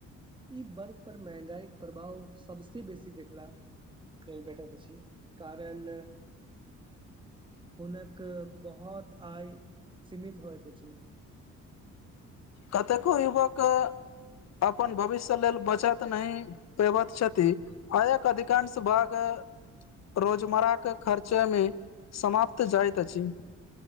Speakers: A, on the right; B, on the left.
A: ई वर्ग पर महँंगाईक प्रभाव सबसे बेसी देखला कर <unintelligible> बैटर कारण हुनक बहोत आय सीमित होइत अछि
B: कतेको युवक अपन भविष्य लेल बचत नहि करैत छथी आयक अधिकांश भाग रोजमर्रा के खर्चामे समाप्त जाइत अछि